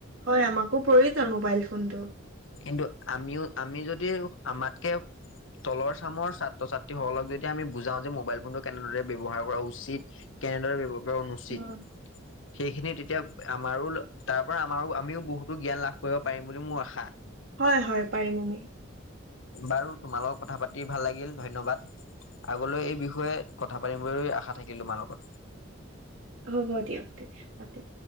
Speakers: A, on the right; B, on the left.
A: হয় আমাকো প্ৰয়োজন মোবাইল ফোনটো।
B: কিন্তু আমিও আমি যদি আমাতকে তলৰ চামৰ ছাত্ৰ ছাত্ৰী সকলক যেতিয়া আমি বুজাও যে, মোবাইল ফোনটো কেনেদৰে ব্যয়ৱহাৰ কৰা উচিত। কেনেদৰে ব্যৱহাৰ কৰা অনুচিত।
A: হয়
B: সেইখিনি তেতিয়া আমাৰোও, তাৰপৰা আমাৰোও আমিও বহুতো জ্ঞান লাভ কৰিব পাৰিম বুলি মোৰ আশা।
A: হয়, হয় পাৰিম আমি।
B: বাৰু তোমাৰ লগত কথা পাতি ভাল লাগিল ধন্যবাদ। আগলেও এই বিষয়ে কথা পাতিম বুলি আশা থাকিল তোমাৰ লগত।
A: হ'ব দিয়ক তেতিয়া পাতিম।